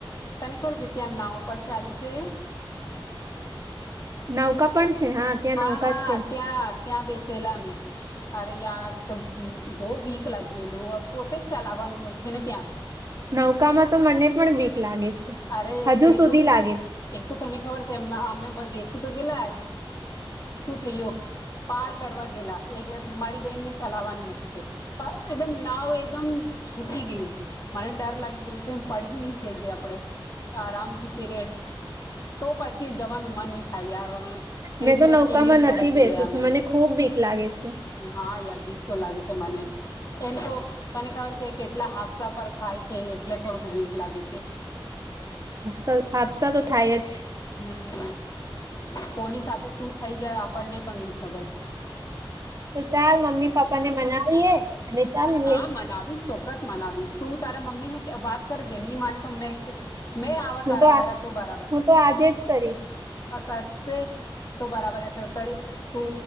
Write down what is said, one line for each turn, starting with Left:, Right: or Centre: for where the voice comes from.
Left: તને ખબર છે ત્યાં નાવ પર ચાલ છે.
Right: નૌકા પણ છે ત્યાં
Left: હા
Right: નૌકા
Left: હા
Right: છે
Left: ત્યા ત્યાં બેસેલા અમે અરે યાર તો બો બીક લાગીલું પોતે જ ચલાવવાનું હોય છે ને ત્યાં
Right: નૌકામાં તો મને પણ બીક લાગે છે
Left: અરે
Right: હજુ
Left: એક
Right: સુધી
Left: તો
Right: લાગે છે
Left: એક તો તને ખબર છે અમે બેસી તો ગેલા શું થયુ પાર કરવા ગેલા એક મારી બેનને ચલાવવાનું હતું તે એકદમ નાવ એકદમ છૂકી ગયું મને ડર લાગી ગયો કે પડી નહી જઈએ આપડે આરામ થી પીરે તો પછી જવાનું મન નહી થાય યાર તે
Right: મેં
Left: દિવસ
Right: તો નૌકામાં
Left: કેવી રીતે
Right: નથી
Left: બચી
Right: બેસું
Left: ગયા અમે
Right: છું મને ખૂબ બીક લાગે છે.
Left: હા યાર બીક તો લાગે છે મને એમ તો તને ખબર છે કેટલા હાદસા પર થાય છે એટલે થોડુંક બીક લાગે છે.
Right: હ હાદસા તો થાય જ
Left: હમ્મ કોની સાથે શું થઇ જાય આપણને પણ નઈ ખબર
Right: તો ચાલ મમ્મી પાપ્પા ને મનાવીએ અને ચાલીએ
Left: હા મનાવીશ ચોક્કસ મનાવીશ તું તારા મમ્મીને બાત કરજે ની માને તો મેં આવવા
Right: હું
Left: તારા
Right: તો
Left: ઘર
Right: આ
Left: તું બરાબર
Right: હું તો આજે જ કરીશ
Left: આ ખરચ તો બરાબર સરકારી તો